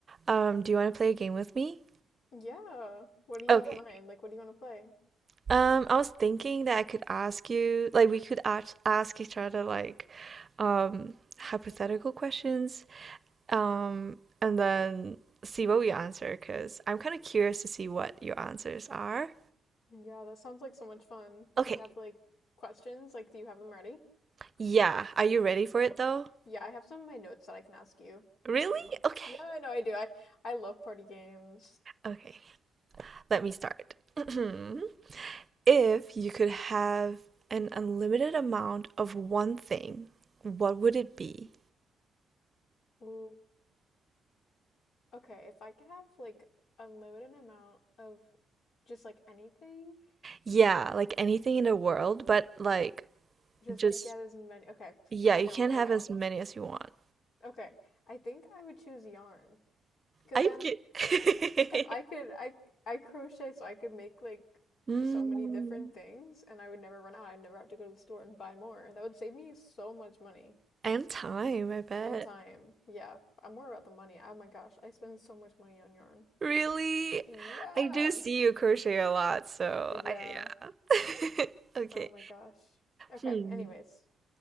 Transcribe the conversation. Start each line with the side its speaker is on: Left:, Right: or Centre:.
Right: Um, do you want to play a game with me?
Left: Yeah. What do you
Right: Okay.
Left: have in mind? Like, what do you want to play?
Right: Um, I was thinking that I could ask you, like we could ask ask each other like um hypothetical questions, um, and then see what we answer, 'cause I'm kind of curious to see what your answers are.
Left: Yeah, that sounds like so much fun.
Right: Okay.
Left: Do you have like questions? Like, do you have them ready?
Right: Yeah, are you ready for
Left: Okay.
Right: it though?
Left: Yeah, I have some of my notes that I can ask you
Right: Really?
Left: from.
Right: Okay.
Left: Yeah, I know I do. I I love party games.
Right: Okay. Let me start. <clears throat> if you could have an unlimited amount of one thing, what would it be?
Left: Ooh. Okay, if I could have like unlimited amount of just like anything,
Right: Yeah, like anything in the world, but like
Left: just
Right: just,
Left: to get as many. Okay.
Right: yeah,
Left: I
Right: you
Left: know,
Right: can
Left: I
Right: have
Left: know.
Right: as many as you want.
Left: Okay. I think I would choose yarn because
Right: I
Left: then
Right: get. <laughs>
Left: because I could I I crochet so I could make like
Right: Mm,
Left: so many different things and I would never run out. I'd never have to go to the store and buy more. That would save me so much money
Right: and time, I bet.
Left: and time. Yeah, I'm more about the money. Oh my gosh, I spend so much money on yarn.
Right: Really?
Left: Yeah.
Right: I do see you crochet a lot, so
Left: Yeah.
Right: I, yeah. <laughs> Okay.
Left: Oh my gosh. Okay,
Right: Hmm.
Left: anyways.